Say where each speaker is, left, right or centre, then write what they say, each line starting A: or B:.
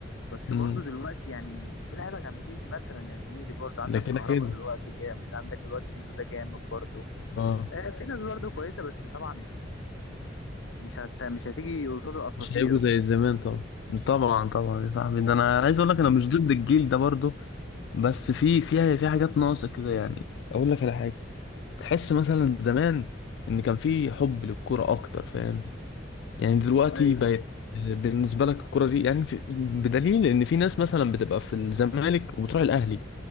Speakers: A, on the left; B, on the left.
A: بس
B: أمم،
A: برضو دلوقتي يعني في لعيبة جامدين مثلا يا زميلي برضو عندك
B: ده كده
A: كهربا
B: كده
A: دلوقتي جامد عندك الواد زيزو ده جامد برضو
B: اه
A: آه، في ناس برضو كويسة بس طبعا مش هت... مش هتيجي قصاد الاساطير
B: مش هيبقوا
A: برضو
B: زي زمان طبعا طبعا طبعا يا صاحبي ده أنا عايز أقول لك أنا مش ضد الجيل ده برضه بس في فيها في حاجات ناقصة كده يعني أقول لك على حاجة تحس مثلا زمان إن كان في حب للكرة أكتر فاهم يعني دلوقتي
A: ايوه
B: بقت بالنسبة لك الكرة دي يعني في بدليل إن في ناس مثلا بتبقى في الزمالك وبتروح الأهلي